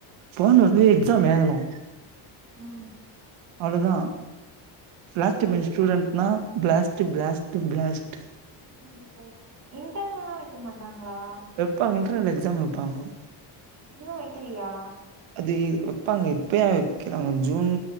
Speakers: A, on the right; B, on the right.
A: போன ஒனேயே எக்ஸாம் எழ்தணு
B: ம்
A: அவ்ளோதா லாஸ்டு
B: அவ்ளோதா
A: பென்ஜி ஸ்டூடெண்ட்லா பிளாஸ்ட்டு பிளாஸ்ட்டு பிளாஸ்டு
B: ஒ இன்டர்னேல்லா வைக்க மாட்டாங்களா
A: வெப்பாங்க இன்டர்னல் எக்ஸாம் வெப்பாங்க
B: இன்னு வெக்கலியா
A: அது வைப்பாங்க இப்பயா வெக்கிறாங்க ஜூன்